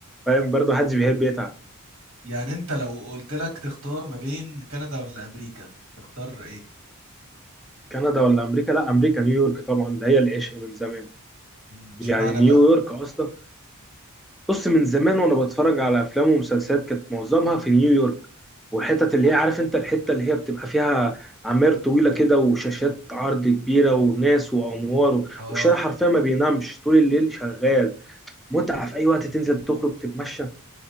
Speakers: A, in the centre; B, on the right.
A: فاهم برضو محدش بيحب يتعب
B: يعني انت لو قلت لك تختار ما بين كندا ولا امريكا تختار ايه
A: كندا ولا أمريكا لا أمريكا نيويورك طبعا ده هي العشق من زمان
B: مم، اشمعنى
A: يعني نيويورك
B: بقى
A: أصلا بص من زمان وانا بتفرج على افلام ومسلسلات كانت معظمها في نيويورك والحتت اللي هي عارف انت الحته اللي هي بتبقى فيها عماير طويله كده وشاشات عرض كبيره وناس وانوار
B: اه
A: والشارع حرفيا ما بينامش طول الليل شغال متعه في اي وقت تنزل تخرج تتمشى